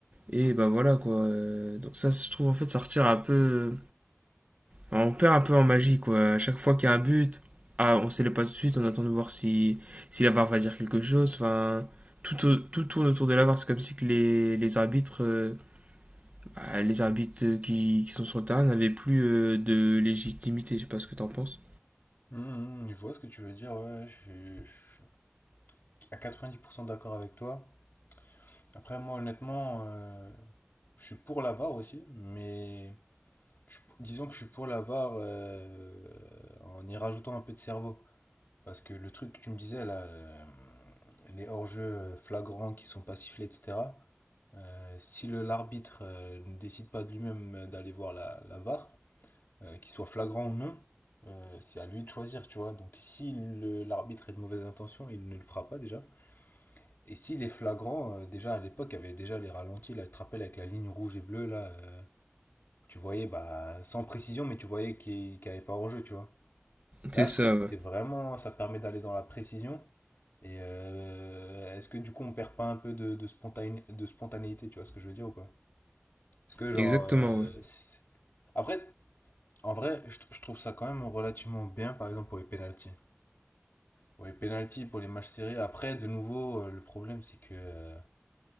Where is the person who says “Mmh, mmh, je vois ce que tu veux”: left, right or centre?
Left